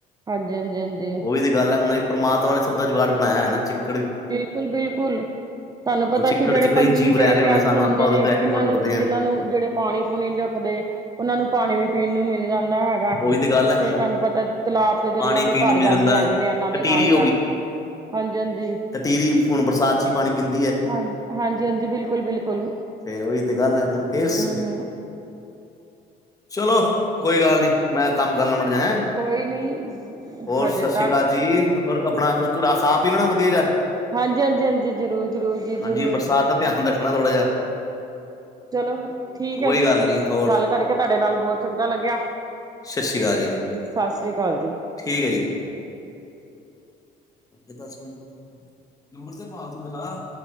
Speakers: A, on the right; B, on the left.
A: ਹਾਂਜੀ ਹਾਂਜੀ ਹਾਂਜੀ।
B: ਉਹੀ ਤੇ ਗੱਲ ਐ ਹੁਣ ਇੱਕ ਪਰਮਾਤਮਾ ਨੇ ਸਭ ਦਾ ਜਗਾੜ ਬਣਾਇਆ ਹੈ ਨਾ ਚਿਕ
A: ਬਿਲਕੁਲ ਬਿਲਕੁਲ। ਤਾਨੂੰ ਪਤਾ
B: ਉਹ ਚਿੱਕੜ
A: ਕੀ ਜੜੇ
B: 'ਚ ਕਈ
A: ਪੰਛੀ
B: ਜੀਵ
A: ਜੜੇ
B: ਰਹਿ ਰਹੇ
A: ਪਿਆਸੇ
B: ਹੋਣੇ ਸਾਨੂੰ
A: ਹੁੰਦੇ
B: ਆਪਾਂ ਉਹਦੇ
A: ਨੇ,
B: ਤੇ ਐਕਟਿਵਾ
A: ਜਿੰਨਾਂ ਨੂੰ
B: ਕੱਢਦੇ
A: ਜਿੰਨਾਂ
B: ਹਾਂ
A: ਨੂੰ ਜੜੇ ਪਾਣੀ ਪੂਣੀ ਰੱਖਦੇ, ਓਨਾਂ ਨੂੰ ਪਾਣੀ ਵੀ ਪੀਣ ਨੂੰ ਮਿਲ ਜਾਂਦਾ ਹੈ ਗਾ। ਤੇ
B: ਉਹੀ ਗੱਲ ਹੈ ਹੁਣ
A: ਤਾਨੂੰ ਪਤਾ ਤਲਾਬ ਤੇ ਦਰਿਆ
B: ਪਾਣੀ
A: ਵੀ
B: ਪੀਣ
A: ਭਰ
B: ਨੂੰ ਮਿਲ
A: ਜਾਂਦੇ
B: ਜਾਂਦਾ
A: ਹੈਗੇ
B: ਹੈ।
A: ਨੇ ਏਨਾਂ ਦੇ
B: ਟਟੀਰੀ
A: ਨਾਲ ਤਾਂ। ਹਾਂਜੀ ਹਾਂਜੀ।
B: ਟੀਰੀ ਹੁਣ ਬਰਸਾਤ 'ਚ ਹੀ ਪਾਣੀ ਪੀਂਦੀ ਐ।
A: ਹਾਂ ਹਾਂਜੀ-ਹਾਂਜੀ ਬਿਲਕੁਲ-ਬਿਲਕੁਲ
B: ਫੇਰ ਓਹੀ ਤੇ ਗੱਲ ਐ ਹੁਣ ਏਸ
A: ਹੂੰ
B: ਚਲੋ ਕੋਈ ਗੱਲ ਨੀ ਮੈਂ ਕੰਮ ਕਰ ਲਾ ਮੜ ਜਿਆ ਹੈਂ।
A: ਕੋਈ ਨੀ
B: ਹੋਰ
A: ਹਜੇ
B: ਸਾਸਰੀ
A: ਤਾਂ
B: ਕਾਲ ਜੀ ਹੋਰ ਆਪਣਾ ਕੁਛ ਰ ਖਾ ਪੀ ਲੈਣਾ ਵਧੀਆ ਜਿਆ।
A: ਹਾਂਜੀ ਹਾਂਜੀ ਹਾਂਜੀ -ਜ਼ਰੂਰ ਜ਼ਰੂਰ ਜੀ ਜ਼ਰੂਰ।
B: ਹਾਂਜੀ ਬਰਸਾਤ ਦਾ ਧਿਆਨ ਰੱਖਣਾ ਥੋੜਾ ਜਿਹਾ
A: ਚਲੋ ਠੀਕ
B: ਕੋਈ
A: ਏ ਜੀ,
B: ਗੱਲ ਨੀ ਹੋਰ
A: ਗੱਲ ਕਰਕੇ ਤਾਡੇ ਨਾਲ ਬੋਤ ਚੰਗਾ ਲੱਗਿਆ।
B: ਸਸੀ ਕਾਲ ਜੀ
A: ਸਤਿ ਸ੍ਰੀ ਅਕਾਲ ਜੀ
B: ਠੀਕ ਏ ਜੀ। ਹੋ ਗਏ ਦਸ ਮਿੰਟ, ਨੰਬਰ ਤੇ ਪਾ ਤੂੰ ਮੇਰਾ।